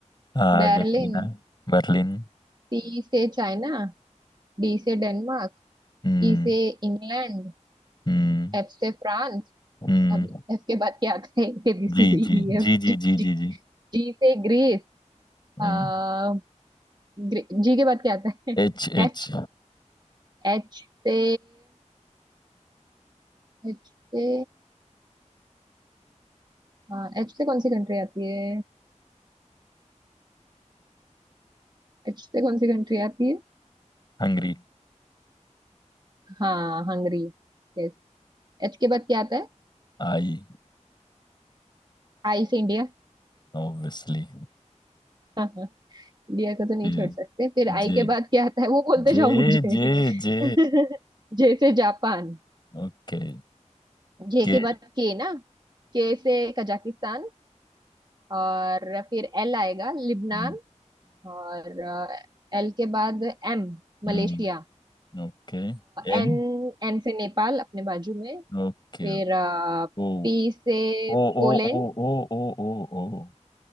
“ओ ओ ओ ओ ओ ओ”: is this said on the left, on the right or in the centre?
Left